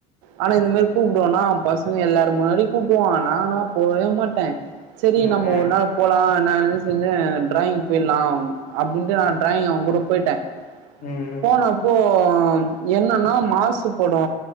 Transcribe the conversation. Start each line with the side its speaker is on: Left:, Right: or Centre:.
Right: ஆனா இந்தமாரி கூப்பிடுவோம்னா அவ பசங்க எல்லாரு முன்னாடியு கூப்பிடுவோ நானா போவே மாட்டே சரி
Left: ம்
Right: நம்ம
Left: ம்
Right: ஒரு நாள் போலா நா என்ன செஞ்சே டிராயிங் போயிடலா அப்படின்ட்டு நா டிராயிங் அவ கூட போயிட்டே
Left: ம் ம்
Right: போனப்போ அப்போ என்னன்னா மாசு போடு